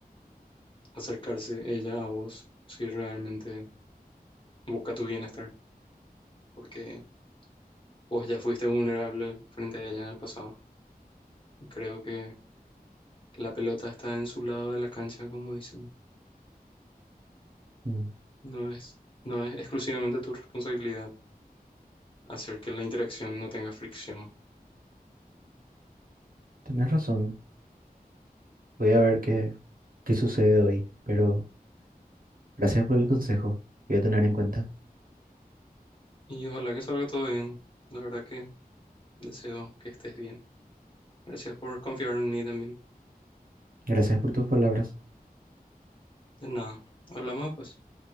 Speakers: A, on the left (about 30°); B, on the right (about 65°).
A: acercarse ella a vos si realmente busca tu bienestar, porque vos ya fuiste vulnerable frente a ella en el pasado. Creo que la pelota está en su lado de la cancha, como dicen.
B: mm,
A: No es, no es exclusivamente tu responsabilidad hacer que la interacción no tenga fricción.
B: Tenés razón, voy a ver qué, qué sucede hoy, pero... Gracias por el consejo. Voy a tener en cuenta.
A: Y ojalá que salga todo bien. La verdad que deseo que estés bien. Gracias por confiar en mí también.
B: Gracias por tus palabras.
A: De nada. Hablamos después.